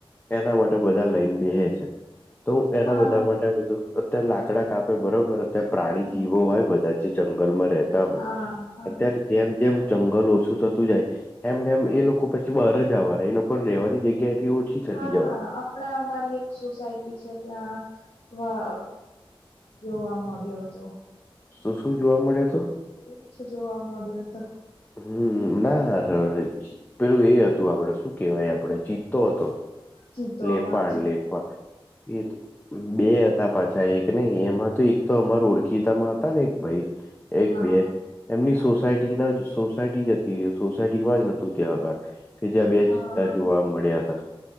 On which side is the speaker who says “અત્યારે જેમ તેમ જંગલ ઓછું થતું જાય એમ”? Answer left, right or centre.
Left